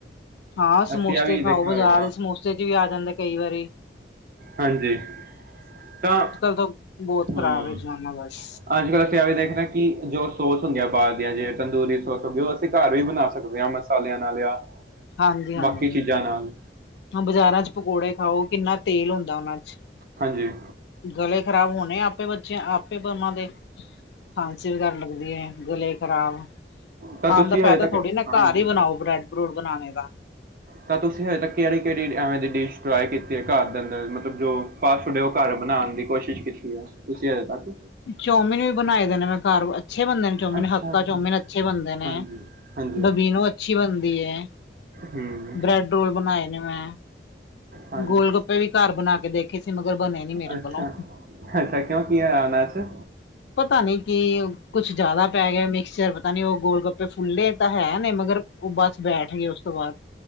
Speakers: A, on the left; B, on the right.
A: ਹਾਂ ਸਮੋਸੇ
B: ਅਸੀਂ ਆ ਵੀ
A: ਖਾਓ
B: ਦੇਖਿਆ
A: ਬਜ਼ਾਰ
B: ਹੋਏਗਾ
A: ਸਮੋਸੇ ਚ ਵੀ ਆ ਜਾਂਦੇ ਕਈ ਵਾਰੀ‌।
B: ਹਾਂਜੀ। ਤਾਂ
A: ਤਾਂ ਬਹੁਤ
B: ਹਮ
A: ਖ਼ਰਾਬ ਹੈ ਜ਼ਮਾਨਾ ਬਸ
B: ਅੱਜ-ਕੱਲ ਅਸੀਂ ਆ ਵੀ ਦੇਖਣਾ ਕਿ ਜੋ ਅ ਸੋਸ ਹੁੰਦਾ। ਜਾਂ ਬਾਹਰ ਦੀਆਂ ਜੇ ਤੰਦੂਰੀ ਸੋਸ ਹੋਗੀ ਉਹ ਅਸੀਂ ਘਰ ਵੀ ਬਣਾ ਸਕਦੇ ਹਾਂ ਮਸਾਲਿਆਂ ਨਾਲ ਆ।
A: ਹਾਂਜੀ ਹਾਂਜੀ
B: ਬਾਕੀ ਚੀਜ਼ਾਂ ਨਾਲ,
A: ਹਾਂ ਬਾਜ਼ਾਰਾਂ ਚ ਪਕੌੜੇ ਖਾਓ ਕਿੰਨਾ ਤੇਲ ਹ ਹੁੰਦਾ ਉਹਨਾਂ ਚ
B: ਹਾਂਜੀ
A: ਗਲੇ ਖ਼ਰਾਬ ਹੋਣੇ ਆਪ, ਆਪੇ ਬੱਚਿਆਂ ਆਪੇ ਪਰ ਉਹਨਾਂ ਦੇ ਖਾਂਸੀ ਵਗੈਰਾ ਲੱਗਦੀ ਹੈ। ਗਲੇ ਖਰਾਬ
B: ਤਾਂ
A: ਖਾਣ
B: ਤੁਸੀਂ
A: ਦਾ ਫਾਇਦਾ
B: ਹਜੇ ਤੱਕ
A: ਥੋੜੀ ਨਾ
B: ਹਾਂਜੀ
A: ਘਰ ਹੀ ਬਣਾਓ ਬ੍ਰੈਡ ਬਰੂਡ ਬਣਾਣੇ ਤਾਂ,
B: ਤਾਂ ਤੁਸੀਂ ਹਜੇ ਤਕ ਕ ਕਿਹੜੀ ਐਵੇਂ ਦੀ ਡਿਸ਼ ਟਰਾਈ ਕੀਤੀ ਹੈ ਘਰ ਦੇ ਅੰਦਰ ਮਤਲਬ ਜੋ ਫਾਸਟ ਫੂਡ ਹੈ ਉਹ ਘਰ ਬਣਾਉਣ ਦੀ ਕੋਸ਼ਿਸ਼ ਕੀਤੀ ਹੈ। ਤੁਸੀਂ ਹਜੇ ਤੱਕ
A: ਚੌਮਿਨ ਵੀ ਬਣਾਏ ਦੇ ਨੇ ਮੈਂ ਘਰ ਅੱਛੇ, ਬਣਦੇ ਨੇ ਚੌਮਿਨ
B: ਅੱਛਾ
A: ਹੱਕਾ
B: ਜੀ,
A: ਚੌਮਿਨ ਅੱਛੇ ਬਣਦੇ ਨੇ
B: ਹਾਂਜੀ ਹਾਂਜੀ
A: ਬਬਿਨੋ ਅੱਛੀ ਬਣਦੀ ਹੈ।
B: ਹੂੰ
A: ਬ੍ਰੈਡ ਰੋਲ ਬਨਾਏ ਨੇ ਮੈ
B: ਹਾਂਜੀ
A: ਗੋਲ ਗੱਪੇ ਵੀ ਘਰ ਬਣਾ ਕੇ ਦੇਖੇ ਸੀ ਮਗਰ ਬਨੇ ਨੀ ਮੇਰੇ
B: ਅੱਛਾ
A: ਕੋਲੋ
B: ਅੱਛਾ, ਕਿਉ ਕੀ ਹੋਇਆ ਓਹਨਾ ਚ
A: ਪਤਾ ਨੀ ਕਿ ਕੁੱਛ ਜਿਆਦਾ ਪੈ ਗਿਆ, ਮਿਕਸਚਰ ਪਤਾ ਨੀ ਉਹ ਗੋਲ ਗੱਪ ਫੁੱਲੇ ਤਾ ਹੈ ਨੇ ਮਗਰ ਉਹ ਬੱਸ ਬੈਠ ਗਏ, ਉਸ ਤੋ ਬਾਦ